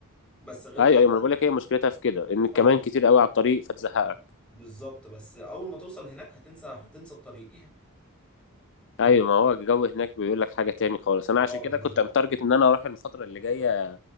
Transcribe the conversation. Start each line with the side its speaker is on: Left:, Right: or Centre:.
Centre: بس غير
Left: ايوه
Centre: كده
Left: ايوه ما انا بقول لك هي مشكلتها في كده ان الكمائن
Centre: اه بس
Left: كتير قوي على الطريق فتزهقك
Centre: بالظبط بس اول ما توصل هناك هتنسى هتنسى الطريق يعني
Left: ايوه ما هو الجو هناك بيقول لك حاجه تاني خالص انا
Centre: اه
Left: عشان كده
Centre: بالظبط
Left: كنت متارجت ان انا اروح الفتره اللي جايه